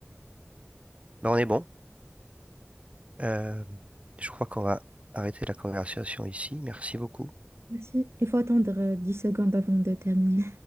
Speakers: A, on the right (about 30°); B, on the right (about 70°).
A: Bah, on est bon. Euh, je crois qu'on va arrêter la conversation ici. Merci beaucoup.
B: Merci. Il faut attendre euh, 10 secondes avant de terminer.